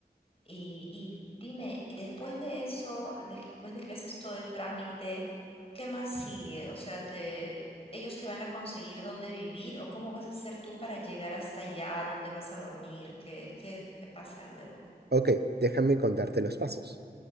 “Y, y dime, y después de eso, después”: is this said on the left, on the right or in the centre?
Left